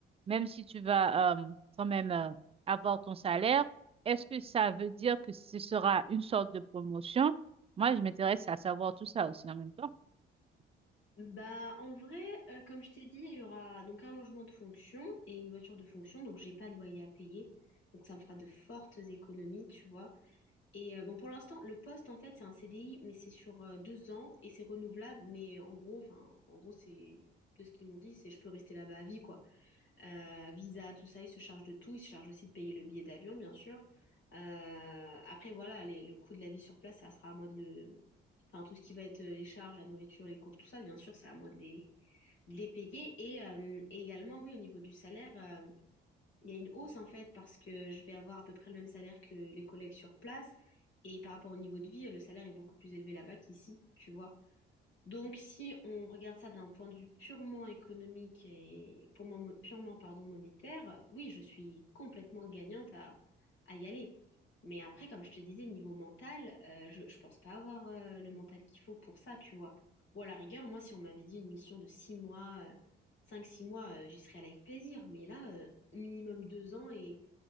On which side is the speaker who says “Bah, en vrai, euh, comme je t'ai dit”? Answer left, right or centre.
Left